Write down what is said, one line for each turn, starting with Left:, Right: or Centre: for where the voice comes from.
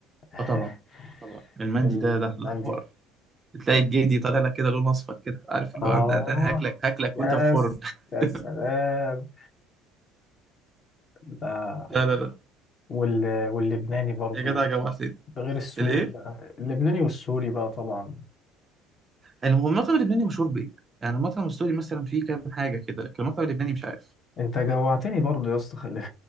Left: <laughs>
Right: اه طبعا طبعا المندي
Left: المندي
Right: ده ده ده حوار تلاقي الجدي طالع لك كده لون اصفر كده عارف اللي
Left: اه
Right: هو ده, ده انا هاكلك هاكلك
Left: يس
Right: وانت في الفرن
Left: يا
Right: <laughs>
Left: سلام ده
Right: لا لا لا
Left: وال... واللبناني برضو
Right: يا جدع جوعتني
Left: ده غير السوري
Right: الايه
Left: بقى اللبناني والسوري بقى طبعا
Right: المهم المطعم اللبناني مشهور بايه يعني المطعم السوري مثلا فيه كام حاجه كده لكن المطعم اللبناني مش عارف
Left: انت جوعتني برضو يا اسطى خلي